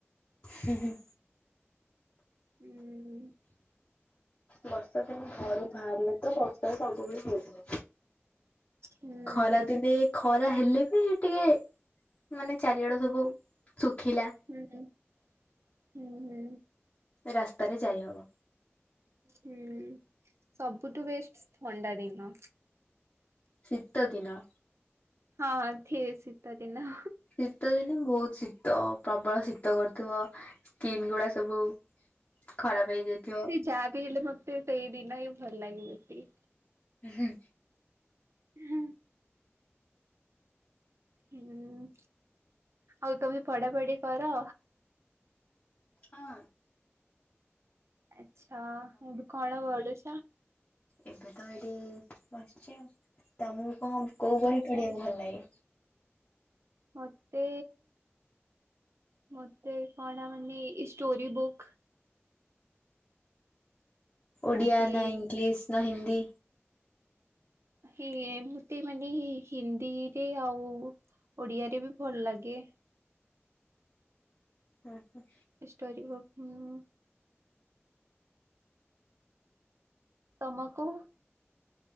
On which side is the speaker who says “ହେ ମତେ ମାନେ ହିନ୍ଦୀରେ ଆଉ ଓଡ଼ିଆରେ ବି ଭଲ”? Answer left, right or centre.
Right